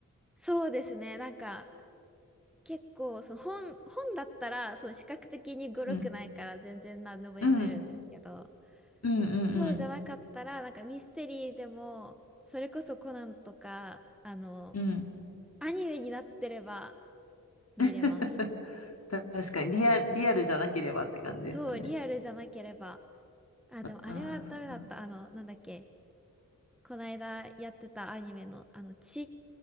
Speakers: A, in the centre; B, on the left.
A: そうですね。なんか、結構、その本、本だったら、その視覚的に語呂くないから全然何でも読めるんですけど、
B: うん、うん、うん、うん、
A: そうじゃなかったら、なんかミステリーでも、それこそコナンとか、あの、
B: うん。うん
A: アニメになってれば見れます。
B: <laughs> 確かにリア、リアルじゃなければって感じですかね。
A: そう、リアルじゃなければ。あ、でもあれはダメだった。
B: ああ、そうか。
A: あの、なんだっけ、この間やってたアニメの、あの、ち、